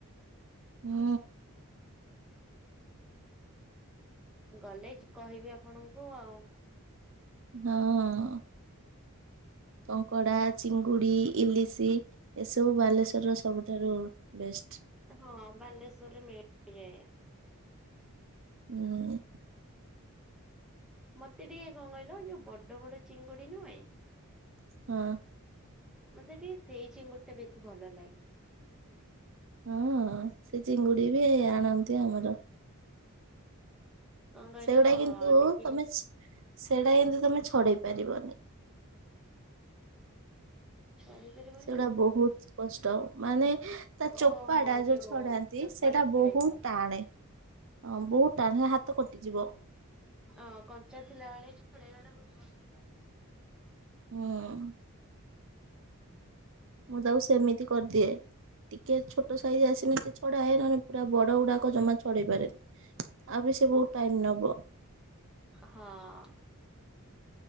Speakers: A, on the right (about 60°); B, in the centre.
A: ହୁଁ।
B: ଗଲେ କହିବି ଆପଣଙ୍କୁ ଆଉ।
A: ହଁ। କଙ୍କଡା, ଚିଙ୍ଗୁଡି, ଇଲିଶି ଏସବୁ ବାଲେଶ୍ଵରର ସବୁଠାରୁ ବେଷ୍ଟ।
B: ହଁ ବାଲେଶ୍ଵରରେ <unintelligible>
A: ହୁଁ।
B: ମତେ ଟିକେ କଣ କହିଲ ଯୋଉ ବଡ ବଡ ଚିଙ୍ଗୁଡି ନୁହେଁ
A: ହଁ।
B: ମତେ ଟିକେ ସେଇ ଚିଙ୍ଗୁଡିଟା ବେଶୀ ଭଲ ଲାଗେ।
A: ହଁ ସେ ଚିଙ୍ଗୁଡି ବି ହେଇ ଆଣନ୍ତି ଆମର।
B: କଣ କହିଲ
A: ସେଇଗୁଡା କିନ୍ତୁ
B: ଟିକେ
A: ତମେ ସେଇଟା କିନ୍ତୁ ତମେ ଛଡେଇ ପାରିବନି।
B: ଛଡେଇ ପାରିବନି
A: ସେଗୁଡା
B: ମାନେ
A: ବହୁତ କଷ୍ଟ ମାନେ ତା
B: ଓହୋ
A: ଚୋପା ଟା ଯୋଉ ଛଡାନ୍ତି
B: ଚୋପାଟା
A: ସେଟା
B: ଛଡେଇବା।
A: ବହୁତ ଟାଣେ। ହଁ ବହୁତ ଟାଣ ହାତ କଟିଯିବ।
B: ଅଁ କଞ୍ଚା ଥିଲାବେଳେ ଛଡେଇବାଟା <unintelligible>
A: ହୁଁ। ମୁଁ ତାକୁ ସେମିତି କରିଦିଏ ଟିକେ ଛୋଟ ସାଇଜ ଆସିନିତେ ଛଡାଏ ନ ପୁରା ବଡ ଗୁଡାକ ଜମା ଛଡେଇ ପାରେନି। ଆଉ ବି ସେ ବହୁତ ଟାଇମ ନବ।
B: ହଁ।